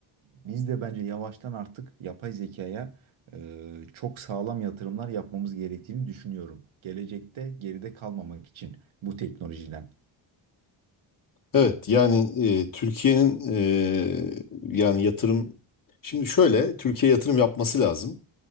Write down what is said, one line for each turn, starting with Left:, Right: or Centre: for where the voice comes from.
Right: biz de bence yavaştan artık yapay zekaya e, çok sağlam yatırımlar yapmamız gerektiğini düşünüyorum. Gelecekte geride kalmamak için bu teknolojiden.
Left: Evet yani e, Türkiye'nin e, yani yatırım şimdi şöyle Türkiye yatırım yapması lazım.